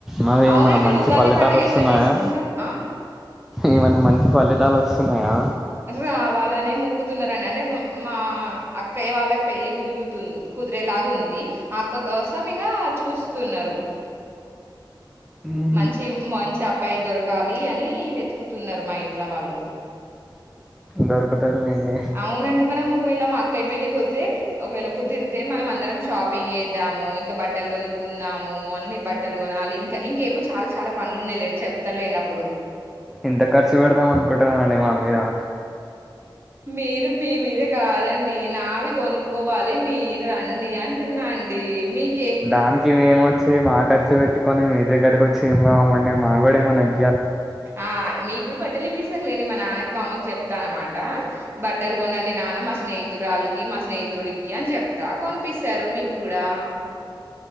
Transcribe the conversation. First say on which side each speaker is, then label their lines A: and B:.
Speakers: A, in the centre; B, on the right.
A: మరి
B: అవునండి
A: ఏమన్నా
B: మీరు
A: మంచి
B: ఉగాది
A: ఫలితాలు
B: పండుగ
A: వస్తున్నయా?
B: ఎట్లా చేసుకుంటారు ఆ
A: ఏమైనా మంచి ఫలితాలు ఒస్తున్నయా?
B: జమే ఆ వాళ్లనే మొక్కుతున్నారనంటె అంటే మా అక్కయ్య వాళ్ళక్ పెళ్ళి కుదురుతుం కుద్ ఎలాగు ఉంది ఆ అక్క కోసం ఇంగ చూస్తున్నర్ రు
A: ఉహు,
B: మంచి మంచ్ టె అబ్బాయి దొరకాలి అనీ వెతుకుతున్నరు మా ఇంట్ల వాళ్ళు.
A: దొరుకుతారులేండి
B: అవునండి మనం ఒకవేళ మా అక్కయ పెళ్లి కుద్దే ఒకవేళ కుదిరితే మనం అందరం షాపింగ్ చేద్దాము, ఇంక బట్టలు కొనుక్కున్దాము, అన్ని బట్టలు కొనాలి ఇంక ఇంకేమో చాల చాల పనులు ఉన్నాయిలేండి చెప్తలేండి అప్పుడు.
A: ఎంత ఖర్చు పెడదాం అనుకుంటున్నానండి మా మీద
B: మీరు మీ మీద కాదండి, నావి కొనుక్కోవాలి మీర్ రండి అంటున్నా అండి. మీక్
A: దానికి మేము వచ్చి, మా ఖర్చు పెట్టుకొని మీ దగ్గరకొచ్ ఏం లాభమండి? మాగుడా ఏమన్న త్
B: ఆ, మీ గ్గుడ బట్టలు ఇప్పిస్ స్తర్లెండి మా నాన్నకి మా అమ్మకి చెప్తానమాట బట్టలు గొనండి నాన్న మా స్నేహితురాల్కి మా స్నేహితుడికి అని చెప్తా, కొనిపిస్తారు మీగ్గుడా.